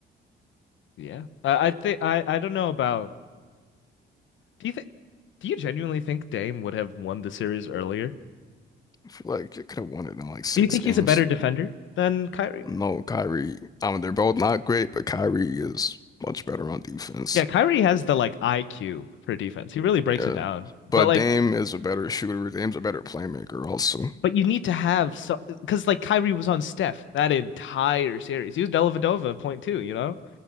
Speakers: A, on the left; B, on the left.
A: yeah. I, I think I I don't know about. Do you think? Do you genuinely think Dame would have won the series earlier?
B: I feel like they could have won it in like six
A: Do you think
B: games.
A: he's a better defender than Kyrie?
B: No, Kyrie. I mean, they're both not great, but Kyrie is much better on defense.
A: Yeah, Kyrie has the like IQ for defense. He really breaks
B: Yeah.
A: it down. But
B: But
A: like,
B: Dame is a better shooter. Dame's a better playmaker also.
A: but you need to have so because like Kyrie was on Steph that entire series. He was Dellavedova point two. You know,